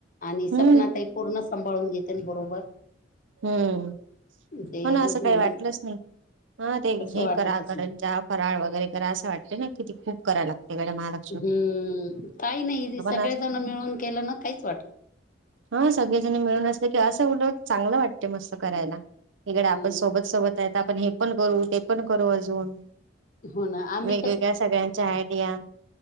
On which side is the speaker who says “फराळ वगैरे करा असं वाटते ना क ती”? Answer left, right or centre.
Right